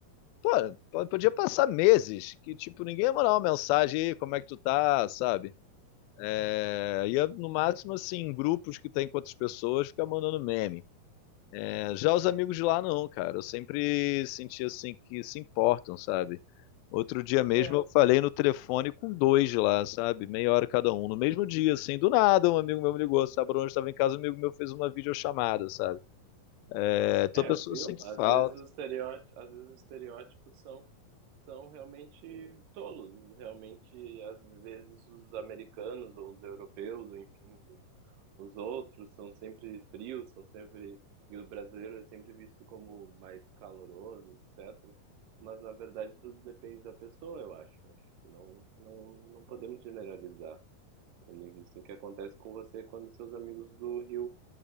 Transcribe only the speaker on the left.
Pô, po- podia passar meses que, tipo, ninguém ia mandar uma mensagem aí, como é que tu tá, sabe? É, ia, no máximo, assim, em grupos que tem com outras pessoas, ficar mandando meme. É, já os amigos de lá, não, cara. Eu sempre senti, assim, que se importam, sabe? Outro dia mesmo
eu falei no telefone com dois de lá, sabe? Meia hora cada um. No mesmo dia, assim, do nada, um amigo meu me ligou, sabe? Bruno, eu estava em casa, um amigo meu fez uma videochamada, sabe? É, tua
pessoa
sente
falta.